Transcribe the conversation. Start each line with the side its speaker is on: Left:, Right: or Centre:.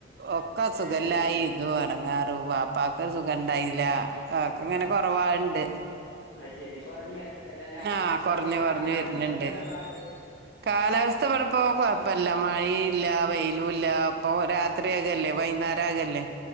Right: ഒക്കെ അ സുഖല്ലായി
Left: തന്നെ
Right: ഇത് വണങ്ങാറു പാപ്പക്ക് ഒരു സുഖ ഇണ്ടായില്ല അക്ക ഇങ്ങനെ കുറവണ്ട്
Left: അഹ ശെരി കുറഞ്ഞു വരണണ്ടല്ലോ അല്ലേ അപ്പ
Right: ആ കൊറഞ്ഞു
Left: അവിടുത്തെ
Right: കൊറഞ്ഞു
Left: കാലാവസ്ഥക്കെ
Right: വരുന്നുണ്ട്
Left: ബ എന്താ പാട്
Right: കാലാവസ്ഥ ഇവിടെപ്പോ കുഴപ്പല്ല മഴ ഇല്ല വെയിലും ഇല്ല അപ്പൊ രാത്രിയാകല്ലേ വൈകുന്നേരം ആകല്ലേ